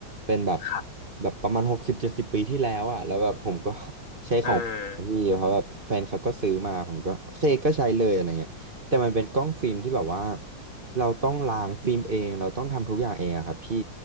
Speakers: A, on the right; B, on the left.
A: เป็นแบบ
B: ครับ
A: แบบประมาณหกสิบเจ็ดสิบปีที่แล้วอะแล้วแบบผมก็ <laughs> ใช้ของ
B: เออ
A: พี่เพราะแบบแฟนเขาก็ซื้อมาผมก็โอเคก็ใช้เลยอะไรเงี้ยแต่มันเป็นกล้องฟิล์มที่แบบว่าเราต้องล้างฟิล์มเองเราต้องทำทุกอย่างเองอะครับพี่